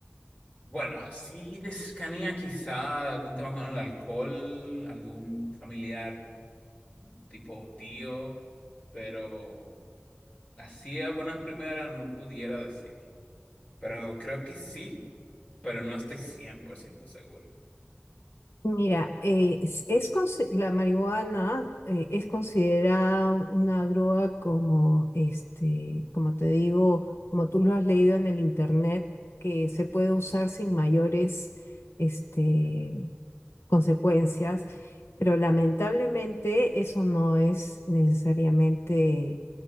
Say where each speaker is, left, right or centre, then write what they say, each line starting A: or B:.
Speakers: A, on the left; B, on the left.
A: Bueno, así de cercanía, quizá algún tema con el alcohol, algún familiar tipo tío, pero así a buenas primeras no pudiera decir. Pero creo que sí, pero no estoy 100% seguro.
B: Mira, eh, es, es consi- la marihuana eh, es considerada una droga como, este, como te digo, como tú lo has leído en el internet, que se puede usar sin mayores, este, consecuencias, pero lamentablemente eso no es necesariamente